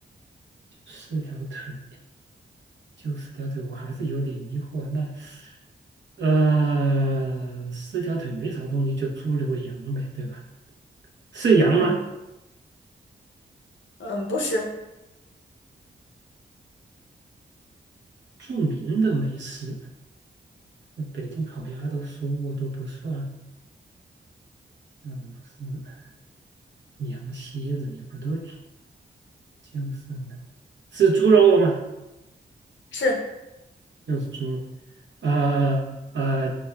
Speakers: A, on the right; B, on the left.
A: 就四条腿，就四条腿，我还是有点疑惑。那呃，四条腿没啥东西，就猪、牛、羊呗，对吧？是羊吗？
B: 嗯。嗯，不是，
A: 著名的美食，那北京烤鸭都说过都不算，嗯，是羊蝎子也不对，就是呢，是猪肉吗？
B: 是
A: 六是猪肉，呃呃，